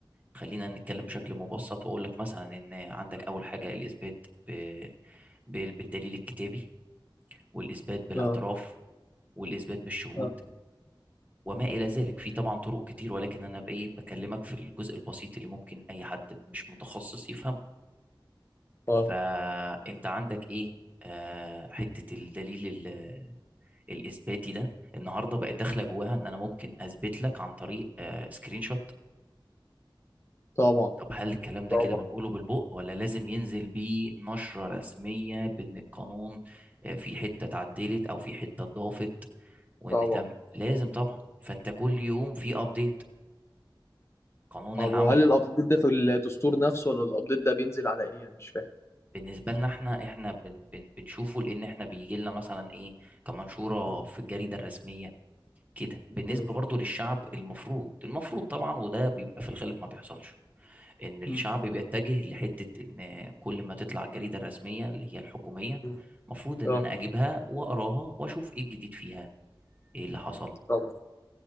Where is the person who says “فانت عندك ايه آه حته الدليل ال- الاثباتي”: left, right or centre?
Right